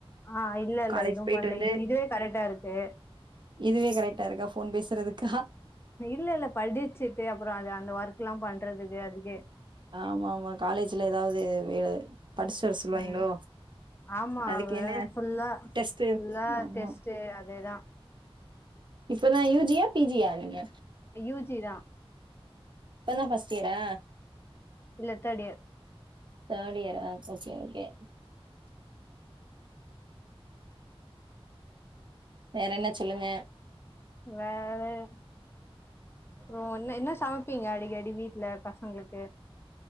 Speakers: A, on the left (about 25°); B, on the right (about 50°).
A: ஆ இல்லல்ல
B: காலேஜ்
A: எதுவு
B: போயிட்டு
A: பண்ல
B: வந்து
A: இது இதுவே கரெக்ட்டா இருக்கு
B: இதுவே கரெக்டா இருக்கா ஃபோன் பேசுறதுக்கா
A: இல்லல்ல படிச்சுட்டு அப்புற அந்த அந்த ஒர்க் எல்லா பண்றதுக்கு அதுக்கே
B: ஆமா ஆமா காலேஜ்ல ஏதாவது வேல படிச்சுட்டு வர சொல்லுவாய்ங்களோ
A: ம் ஆமா
B: அதுக்கு
A: வேற
B: என்ன
A: ஃபுல்லா
B: டெஸ்ட்டு
A: ஃபுல்லா
B: ஆமா
A: டெஸ்ட்டு அதேதா
B: இப்பன்ன யூ ஜியா பி ஜியா நீங்க
A: யூ ஜி தா
B: இப்பதா ஃபர்ஸ்ட் இயரா
A: இல்ல தேர்ட் இயர்
B: தேர்ட் இயரா ஓகே ஓகே வேறென்ன சொல்லுங்க
A: வேற ஓ என்ன என்ன சமப்பீங்க அடிக்கடி வீட்ல பசங்களுக்கு